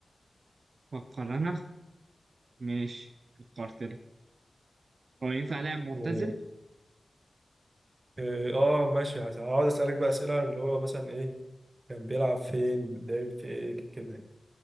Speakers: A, on the right (about 65°); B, on the right (about 35°).
A: فكر انا ماشي فكرت انا هو ينفع لاعب معتزل
B: مم. إيه، اه ماشي هقعد اسالك بقى اسئله اللي هو مثلا ايه كان بيلعب فين لعب في ايه كده يعني